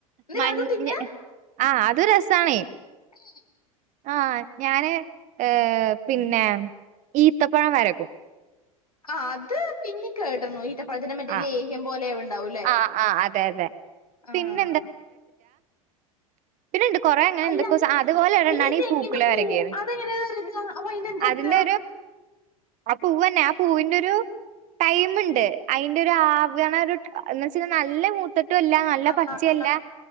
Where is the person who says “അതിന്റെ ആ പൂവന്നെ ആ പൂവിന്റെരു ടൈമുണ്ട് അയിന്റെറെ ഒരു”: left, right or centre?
Right